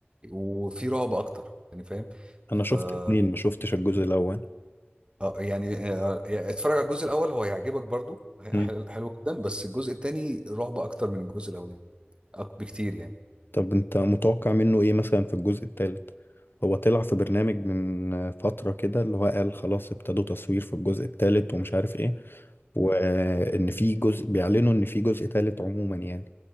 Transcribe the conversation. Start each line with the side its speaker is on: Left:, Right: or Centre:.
Right: وفي رعب اكتر يعني فاهم ف
Left: أنا شفت
Right: آه،
Left: اتنين ما شفتش الجزء الأول
Right: يعني آه، يعني اتفرج على الجزء الاول هو هيعجبك برضو هي-
Left: مم.
Right: حلو حلو جدا بس الجزء التاني رعب اكتر من الجزء الاولاني أك- بكتير يعني
Left: طب أنت متوقع منه إيه مثلا في الجزء التالت؟ هو طلع في برنامج من فترة كده اللي هو قال خلاص ابتدوا تصوير في الجزء التالت ومش عارف إيه وإن في جزء بيعلنوا إن في جزء تالت عموما يعني